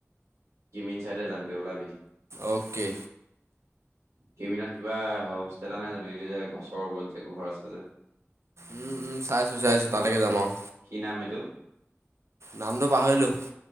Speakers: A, on the right; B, on the right.
A: কিমিন ছাইডে যামগে ওলাবি।
B: অ'কে।
A: সমিনত কিবা হোম ষ্টে এটা নাই জানো এইটো যে গছৰ ওপৰত যে গোহৰ আছে যে।
B: উম, উম, চাইছো-চাইছো তালৈকে যাম আৰু।
A: কি নাম এইটো?
B: নামটো পাহৰিলোঁ।